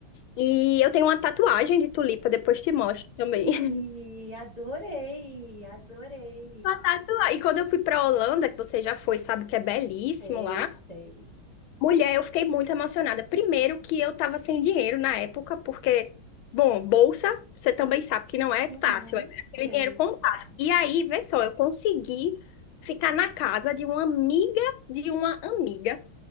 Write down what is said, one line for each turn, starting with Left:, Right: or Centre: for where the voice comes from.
Left: E eu tenho uma tatuagem de tulipa, depois te mostro também.
Right: Ih,
Left: <laughs>
Right: adorei, adorei.
Left: Uma tatuagem. E quando eu fui pra Holanda, que você já foi, sabe que é belíssimo
Right: Sei,
Left: lá.
Right: sei.
Left: Mulher, eu fiquei muito emocionada. Primeiro que eu tava sem dinheiro na época, porque, bom, bolsa, você também sabe que não é
Right: Uhum,
Left: fácil, é aquele
Right: sei.
Left: dinheiro contado. E aí, vê só, eu consegui ficar na casa de uma amiga de uma amiga